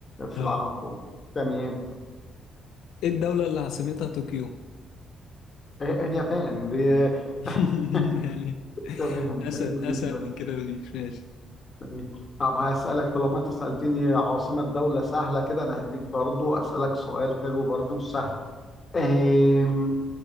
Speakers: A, on the left (about 35°); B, on the left (about 85°).
A: في
B: اه
A: العالم كله تمام
B: ايه الدولة اللي عاصمتها طوكيو؟
A: إيه- إيه، اليابان دي
B: <laughs>
A: <laughs>
B: يعني
A: تمام
B: اسهل
A: حلو
B: اسهل
A: جدا
B: من كده مفيش ماشي
A: إيه. طب هسألك طالما أنت سألتني عاصمة دولة سهلة كده أنا هديك برضو أسألك سؤال حلو برضو سهل أم...